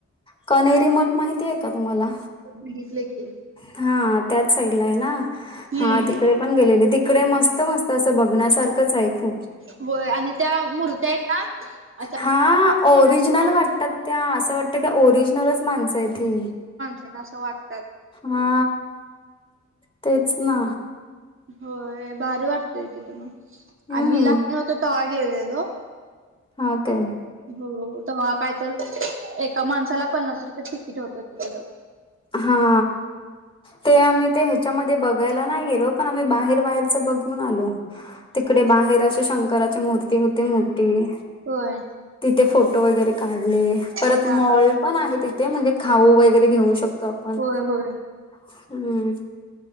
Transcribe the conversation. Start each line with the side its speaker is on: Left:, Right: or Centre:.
Left: कणेरी मठ माहिती आहे का तुम्हाला
Right: बघितलेय की.
Left: हा त्याच साईडला आहे ना
Right: हम्म
Left: हा तिकडे पण गेलेली तिकडे मस्त मस्त असं बघण्यासारखंच आहे. खूप
Right: होय आणि त्या मुरत्या आहेत ना. अशा
Left: हा ओरिजनल वाटतात त्या असं वाटतं की ओरिजनलच माणसं आहेत ही.
Right: पण असं वाटतायत.
Left: हा तेच ना.
Right: होय भारी वाटतेय तिथ मग
Left: हम्म
Right: आम्ही लहान होतो तवा गेलेलो.
Left: हा काय.
Right: हो तवा काय तर एका माणसाला पन्नास रुपय तिकीट होतं तिकडं.
Left: हा. ते आम्ही ते ह्याच्यामध्ये बघायला नाही गेलो पण आम्ही बाहेर बाहेरच बघून आलो. तिकडे बाहेर अशी शंकराची मूर्ती होती मोठी.
Right: होय.
Left: तिथे फोटो वगैरे काढले परत
Right: हा
Left: मॉल
Right: हा
Left: पण आहे तिथे म्हणजे खाऊ वगैरे घेऊ शकतो आपण
Right: होय होय
Left: हा.